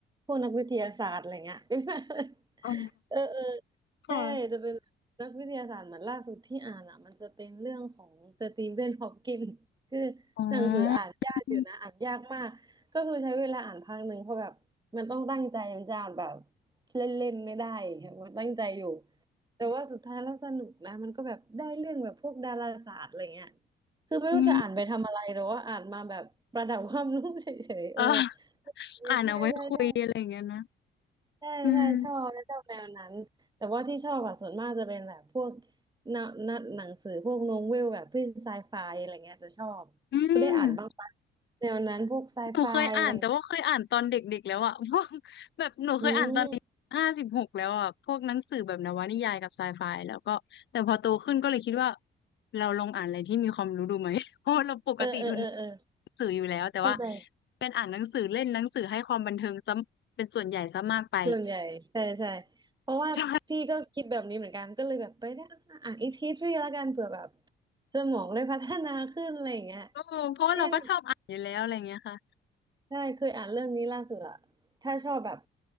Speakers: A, on the right; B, on the left.
A: พวกนักวิทยาศาสตร์อะไรเงี้ย <laughs>
B: อ๋อ
A: เออเออ
B: ค่ะ
A: ใช่จะเป็นนักวิทยาศาสตร์เหมือนล่าสุดที่อ่านอะมันจะเป็นเรื่องของสตีเวนฮอปกินคือหนังสืออ่านยากอยู่นะอ่านยากมากก็คือใช้เวลาอ่านพักหนึ่งเพราะแบบมันต้องตั้งใจมันจะอ่านแบบ
B: อ๋ออืม
A: เล่นๆไม่ได้อย่างเงี้ยมันตั้งใจอยู่แต่ว่าสุดท้ายแล้วสนุกนะมันก็แบบได้เรื่องแบบพวกดาราศาสตร์อะไรเงี้ย คือไม่รู้จะอ่านไปทำอะไรหรือว่าอ่านมาแบบประดับความรู้เฉยๆเออ
B: อืมเออ
A: ใช่ใช่ใช่ใช
B: อ่านเอาไว้คุยอะไรอย่างเงี้ยนะ
A: ่ใช่ชอบและชอบแนวนั้นแต่ว่าที่ชอบอะส่วนมากจะเป็นแบบพวก
B: อืม
A: นนหนังสือพวกโนเวลแบบพว้นไซไฟอะไรเงี้ยจะชอบก็ได้อ่านบ้างปะ
B: อืม
A: แนวนั้นพวกไซไฟอะไรเงี้ย
B: หนูเคยอ่านแต่ว่าเคยอ่านตอนเด็กๆแล้วอ่ะ <laughs> พวกแบบหนูเคยอ่าน
A: อืม
B: ห้าสิบหกแล้วอ่ะพวกหนังสือแบบนวนิยายกับไซไฟแล้วก็แต่พอโตขึ้นก็เลยคิดว่าเราลองอ่านอะไรที่มีความรู้ดูไหม <laughs> เพราะว่าเราปกติทุน
A: เออเออเออเออ
B: หนังสืออยู่แล้วแต่ว่า
A: เข้าใจ
B: เป็นอ่านหนังสือเล่นหนังสือให้ความบันเทิงซะเป็นส่วนใหญ่ซะมากไป <laughs>
A: ส่วนใหญ่ใช่ใช่เพราะว่าพี่ก็คิดแบบนี้เหมือนกันก็เลยแบบไปได้อะอ่านอีกทีทรีแล้วกันเผื่อแบบ
B: ใช่
A: สมองได้พัฒนาขึ้นอะไรอย่างเงี้ย
B: เอ้เพราะว่าเราก็ชอบอ่านอยู่แล้วอะไรเงี้ยค่ะ
A: เนี่ยใช่เคยอ่านเรื่องนี้ล่าสุดอะถ้าชอบแบบ